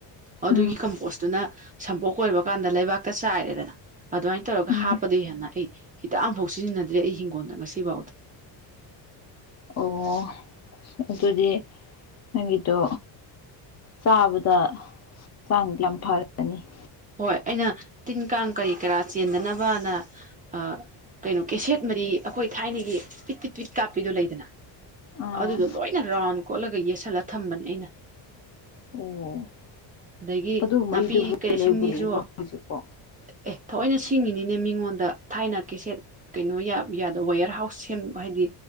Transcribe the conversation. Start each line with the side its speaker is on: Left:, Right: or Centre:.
Right: ꯑꯗꯨꯒꯤ
Left: ꯎꯝ
Right: ꯀꯝꯄꯣꯁꯇꯨꯅ ꯁꯝꯄꯣꯛ ꯈꯣꯏꯕ ꯀꯥꯟꯗ ꯂꯩꯕꯥꯛꯇ ꯆꯥꯏꯔꯦꯗꯅ ꯑꯗꯨꯃꯥꯏꯟ ꯇꯧꯔꯒ
Left: ꯎꯝ
Right: ꯍꯥꯞꯄꯗꯩ ꯍꯦꯟꯅ ꯑꯩ ꯍꯤꯗꯥꯛ ꯑꯃꯐꯧ ꯁꯤꯖꯤꯟꯅꯗ꯭ꯔꯤ ꯑꯩ ꯍꯤꯡꯒꯣꯟꯗ ꯉꯁꯤꯐꯥꯎꯗ
Left: ꯑꯣ ꯑꯗꯨꯗꯤ ꯅꯪꯒꯤꯗꯣ ꯆꯥꯕꯗꯛ ꯆꯥꯡ ꯌꯥꯝ ꯐꯔꯦ ꯑꯅꯤ
Right: ꯍꯣꯏ ꯑꯩꯅ ꯇꯤꯟ ꯀꯥꯡ ꯀꯔꯤ ꯀꯔꯥ ꯆꯦꯟꯗꯅꯕꯅ ꯑ ꯀꯩꯅꯣ ꯀꯦꯁꯦꯠ ꯃꯔꯤ ꯑꯈꯣꯏ ꯊꯥꯏꯅꯒꯤ ꯄꯤꯠ ꯄꯤꯠ ꯄꯤꯠ ꯀꯥꯞꯄꯤꯗꯣ ꯂꯩꯗꯅ
Left: ꯑꯥ
Right: ꯑꯗꯨꯗꯣ ꯂꯣꯏꯅ ꯔꯥꯎꯟ ꯀꯣꯠꯂꯒ ꯌꯦꯁꯜꯂ ꯊꯝꯕꯅꯦ ꯑꯩꯅ
Left: ꯑꯣ
Right: ꯑꯗꯒꯤ
Left: ꯑꯗꯨꯒꯨꯝꯕ
Right: ꯅꯥꯄꯤ
Left: ꯃꯤꯗꯨꯕꯨ
Right: ꯀꯩꯁꯤꯡꯅꯤꯁꯨ
Left: ꯂꯩꯕꯨ ꯂꯩꯔꯤꯕꯣ
Right: ꯑꯦ
Left: ꯍꯧꯖꯤꯛꯄꯣ
Right: ꯊꯑꯣꯏꯅ ꯁꯤꯡꯉꯤꯅꯤꯅꯦ ꯃꯤꯉꯣꯟꯗ ꯊꯥꯏꯅ ꯀꯦꯁꯦꯠ ꯀꯩꯅꯣ ꯌꯥꯗꯕ ꯋꯦꯌꯔ ꯍꯥꯎꯁ ꯁꯦꯝ ꯍꯥꯏꯗꯤ